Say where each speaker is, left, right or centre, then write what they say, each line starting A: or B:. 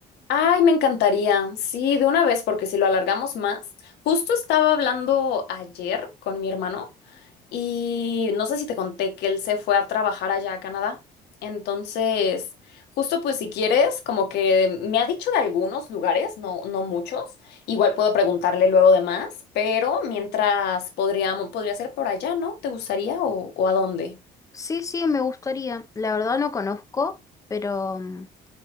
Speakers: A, on the left; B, on the left.
A: Ay, me encantaría. Sí, de una vez, porque si lo alargamos más. Justo estaba hablando ayer con mi hermano y no sé si te conté que él se fue a trabajar allá a Canadá. Entonces, justo pues si quieres, como que me ha dicho de algunos lugares, no, no muchos. Igual puedo preguntarle luego de más, pero mientras podríamos, podría ser por allá, ¿no? ¿Te gustaría o, o a dónde?
B: Sí, sí, me gustaría. La verdad no conozco, pero mm,